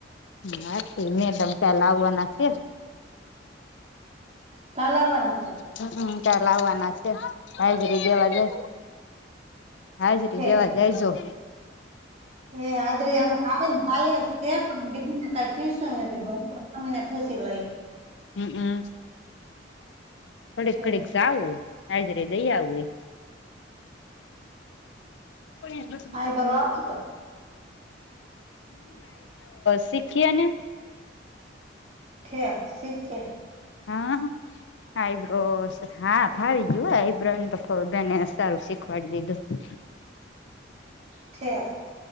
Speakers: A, on the left; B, on the right.
A: હા તો મેડમ કાલ આવવાના સે.
B: કાલ આવવાના સે?
A: હ હમ કાલ આવવાના સે હાજરી દેવા. હાજરી
B: ઠે
A: દેવા જાયજો.
B: હે હાજરી <unintelligible> કઈ પુસ્યુ નથીને તમને પુસી લઈ.
A: હમ હમ. ઘડીક
B: ઠેક
A: ઘડીક જાવું હાજરી દઇ આવવી. <unintelligible> તો
B: આઈબ્રો આવી ગયો
A: શીખીએને.
B: ઠીક શીખીએ.
A: હા આઈબરો હા ફાવી ગ્યું હો આઈબ્રોનું તો બેને સારું શીખવાડી દીધું.
B: ઠીક